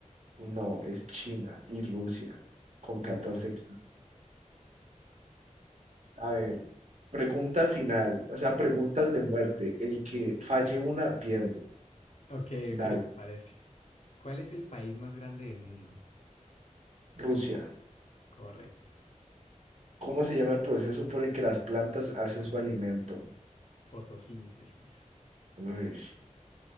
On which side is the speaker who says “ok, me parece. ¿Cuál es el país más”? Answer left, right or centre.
Left